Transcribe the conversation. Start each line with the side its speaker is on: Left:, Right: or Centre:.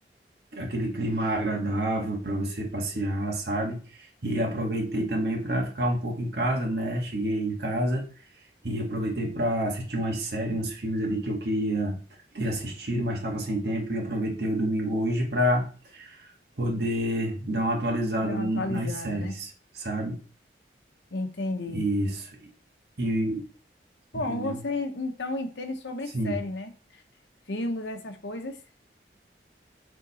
Right: aquele clima agradável para você passear, sabe? E aproveitei também para ficar um pouco em casa, né? Cheguei em casa e aproveitei para assistir umas séries, uns filmes ali que eu queria ter assistido, mas estava sem tempo e aproveitei o domingo hoje para poder dar uma atualizada
Left: Dá uma
Right: n-
Left: atualizada,
Right: nas séries,
Left: né?
Right: sabe?
Left: Entendi.
Right: Isso. E
Left: Bom,
Right: entendeu?
Left: você então entende sobre
Right: Sim.
Left: séries, né? Filmes, essas coisas.